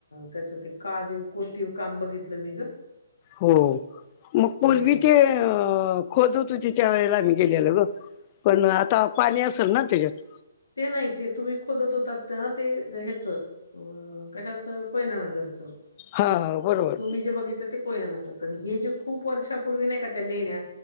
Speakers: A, on the left; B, on the left.
A: त्याच ते कारव कोतीव काम बघित तल मी ग
B: हो मग पूर्वी
A: अ
B: ते खोदत होते त्या वेळेला आम्ही गेलेलो ग पण आता पाणी असेल ना त्याच्यात
A: ते नाही ते तुम्ही खोदत होताात ते ह्याच कश कोयना नगरच
B: हा हा बरोबर
A: तुम्ही जे बघितलं ते कोयना नगरच हे जे खूप वर्षापूर्वी नाही का त्या लेण्या